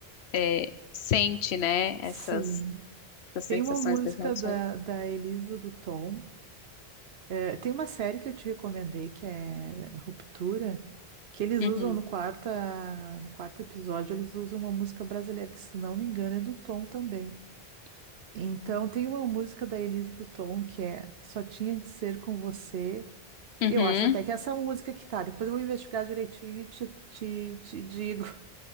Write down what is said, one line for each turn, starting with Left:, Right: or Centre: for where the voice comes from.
Left: é, sente, né,
Right: Sim.
Left: essas, essas
Right: Tem
Left: sensações
Right: uma música
Left: das emoções.
Right: da, da Elisa do Tom. É, tem uma série que eu te recomendei que é Ruptura, que eles
Left: Uhum,
Right: usam no quarta, no quarto episódio, eles usam uma música brasileira, que se não me engano é do Tom também. Então tem uma música da Elisa do Tom que é Só Tinha de Ser Com Você.
Left: uhum,
Right: Eu acho até que é essa música que tá, depois eu vou investigar direitinho e te, te, te digo. <laughs>